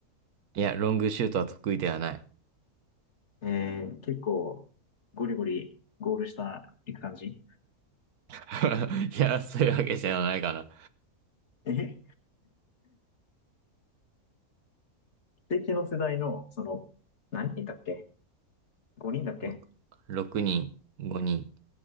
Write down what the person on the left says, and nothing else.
えー、結構、ゴリゴリゴール下行く感じ。
え奇跡の世代の、その、何人いたっけ ?5 人だっけ